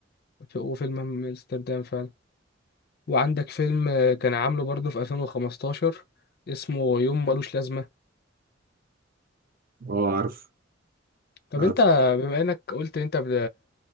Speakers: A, on the left; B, on the right.
A: ف- وفيلم همام في أمستردام فعلا وعندك فيلم كان عامله برضه في 2015 اسمه يوم ملوش لازمة
B: اه عارف
A: طب
B: عارف
A: أنت بما إنك قلت إن أنت ب...